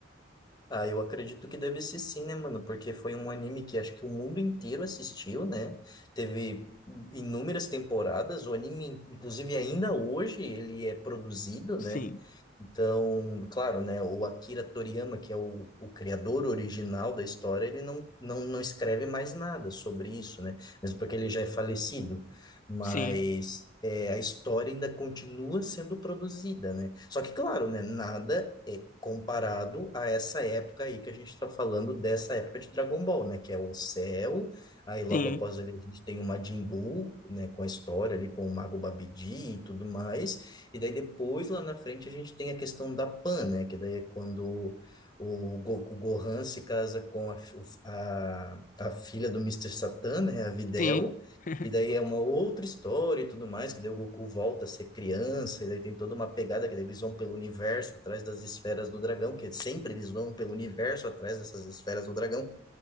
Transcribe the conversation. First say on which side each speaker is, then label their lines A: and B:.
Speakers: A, on the left; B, on the left.
A: Ah, eu acredito que deve ser sim, né, mano? Porque foi um anime que acho que o mundo inteiro assistiu, né? Teve inúmeras temporadas. O anime, inclusive, ainda hoje ele é produzido,
B: Sim,
A: né? Então, claro, né, o Akira Toriyama, que é o, o criador original da história, ele não, não, não escreve mais nada sobre isso, né? Mesmo porque ele já é falecido. Mas
B: sim.
A: é, a história ainda continua sendo produzida, né? Só que, claro, né, nada é comparado a essa época aí que a gente está falando dessa época de Dragon Ball, né? Que é o céu, aí logo
B: Sim,
A: após ele a gente tem o Majin Buu, né, com a história ali com o Mago Babidi e tudo mais. E daí depois, lá na frente, a gente tem a questão da Pan, né? Que daí é quando o, Go- o Gohan se casa com a, o- a, a filha do mister Satan, né? A Videl.
B: sim. <laughs>
A: E daí é uma outra história e tudo mais, que daí o Goku volta a ser criança, e daí tem toda uma pegada que daí eles vão pelo universo atrás das esferas do dragão, que sempre eles vão pelo universo atrás dessas esferas do dragão.